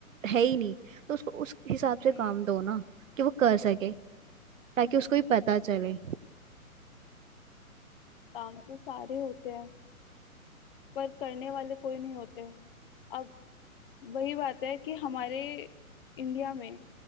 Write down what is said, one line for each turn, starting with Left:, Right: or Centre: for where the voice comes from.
Right: है ही नहीं तो उसको उस हिसाब से
Left: हम्म
Right: काम दो ना कि वो कर सके ताकि उसको भी पता चले
Left: काम तो सारे होते हैं पर करने वाले कोई नहीं होते अब वही बात है कि हमारे इंडिया में